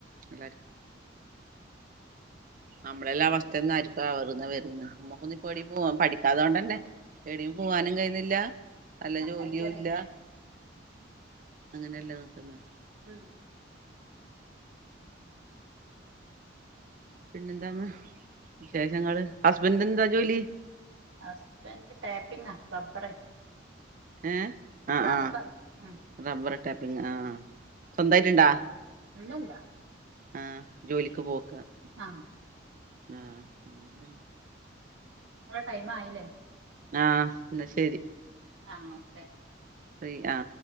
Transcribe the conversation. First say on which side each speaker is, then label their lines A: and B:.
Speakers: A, on the right (about 45°); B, on the right (about 75°).
A: എല്ലാർക്കും നമ്മളെല്ലാം അവസ്ഥന്നായിർക്കും അവറുന്ന വരന്ന് നമ്മുക്കൊന്നിപ്പ ഏടീ പോ പഠിക്കാത്തോണ്ടെന്നെ ഏടീ പോവാനും കയ്യ്ന്നില്ല നല്ല ജോലിയൂല്ല
B: അത് ശരി
A: അങ്ങനെല്ലെ നിക്ക്ന്നെ
B: ഉം.
A: പിന്നെന്താന്ന് വിശേഷങ്ങള്, ഹസ്ബൻ്റെന്താ ജോലി?
B: ഹസ്ബൻ്റ് ടാപ്പിംഗാ റബ്ബറെ
A: ഏ ആ
B: റബ്ബർ
A: ആ
B: ഉം
A: റബ്ബറ് ആ സ്വന്തായിട്ട്ണ്ടാ?
B: ഇല്ലല്ല.
A: ആ ജോലിക്ക് പോക്ക
B: ആഹ്
A: ആ അങ്ങ
B: ടൈമായിലേ
A: ആഹ് എന്നാ ശരി
B: ആഹ ഓക്കെ
A: ശേരി ആ